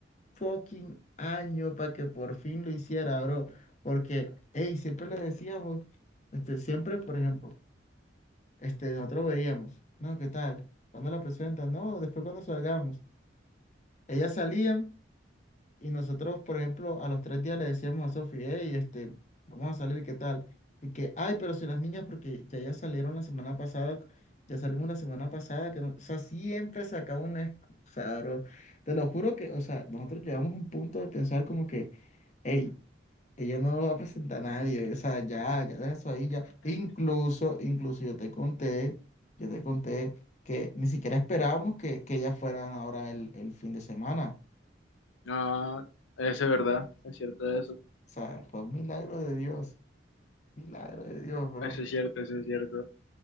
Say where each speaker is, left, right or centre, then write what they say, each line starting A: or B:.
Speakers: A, on the left; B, on the left.
A: fucking año para que por fin lo hiciera, bro. Porque, ey, siempre les decíamos, este, siempre, por ejemplo, este, nosotros veíamos, no, ¿qué tal? ¿Cuándo la presentan? No, después cuando salgamos. Ellas salían. Y nosotros, por ejemplo, a los tres días le decíamos a Sofía, hey, este, vamos a salir, ¿qué tal? Y que, ay, pero si las niñas, porque ya ya salieron la semana pasada, ya salimos la semana pasada, que no, o sea, siempre sacaba una excusa, bro. Te lo juro que, o sea, nosotros llegamos a un punto de pensar como que, hey, ella no va a presentar a nadie, o sea, ya, ya deja eso ahí, ya. E Incluso, incluso yo te conté, yo te conté que ni siquiera esperábamos que, que ellas fueran ahora el, el fin de semana.
B: No, eso es verdad, es cierto eso,
A: O sea, fue un milagro de Dios, milagro de Dios, bro.
B: eso es cierto, eso es cierto.